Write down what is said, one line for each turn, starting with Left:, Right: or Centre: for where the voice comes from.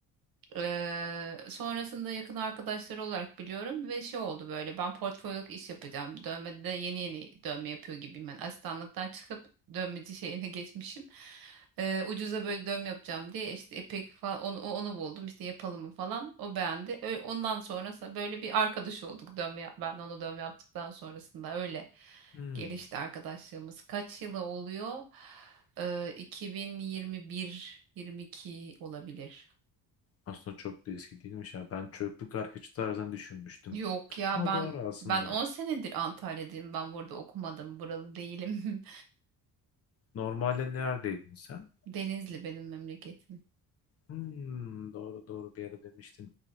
Right: Eee, sonrasında yakın arkadaşları olarak biliyorum ve şey oldu böyle ben portfolyoluk iş yapacağım. Dövmede de yeni yeni dövme yapıyor gibiyim ben. Asistanlıktan çıkıp <laughs> dövmeci şeyine geçmişim. Eee, ucuza böyle dövme yapacağım diye işte epek falan onu, onu buldum işte yapalım mı falan. O beğendi. Ö- ondan sonra sa- böyle bir arkadaş olduk dövme yap- ben onu dövme yaptıktan sonrasında öyle
Left: Hmm.
Right: gelişti arkadaşlığımız. Kaç yılı oluyor? Eee 2021 22 olabilir.
Left: Aslında çok da eski değilmiş ya. Ben çocukluk arkadaşı tarzından düşünmüştüm.
Right: Yok ya
Left: Ama
Right: ben
Left: doğru aslında.
Right: ben 10 senedir Antalya'dayım. Ben burada okumadım. Buralı değilim.
Left: Normalde neredeydin sen?
Right: <laughs> Denizli benim memleketim.
Left: Hmm, doğru doğru bir ara demiştin.